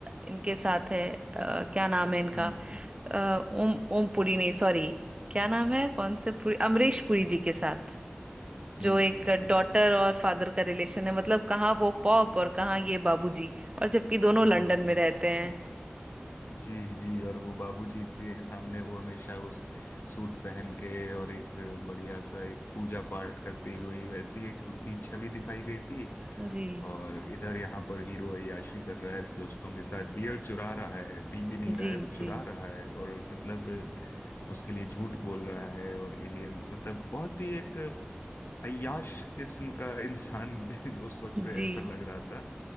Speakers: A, on the right (about 25°); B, on the left (about 70°).
A: इनके साथ है अ, क्या नाम है इनका
B: हम्म हम्म,
A: अ, ओम ओम पुरी नहीं सॉरी क्या नाम है कौन से पुरी अमरीश पुरी जी के साथ
B: जी
A: जो एक
B: जी जी
A: डॉटर और फादर का रिलेशन है मतलब कहाँ वो पॉप और कहाँ ये बाबूजी और जबकि दोनों लंदन
B: बाबूजी
A: में रहते हैं
B: <laughs> जी जी और वो बाबूजी के सामने वो हमेशा उस सूट पहन के और एक बढ़िया सा एक पूजा पाठ करती हुई वैसी एक उनकी छवि दिखाई गई थी
A: जी
B: और इधर यहाँ पर हीरो अय्याशी कर रहा है दोस्तों के साथ बियर चुरा रहा है पी भी नहीं रहा
A: जी
B: है वो चुरा
A: जी
B: रहा है और मतलब उसके लिए झूठ बोल रहा है और इंडियन मतलब बहुत ही एक अय्याश किस्म का इंसान <laughs> उस वक्त
A: जी
B: ऐसा लग रहा था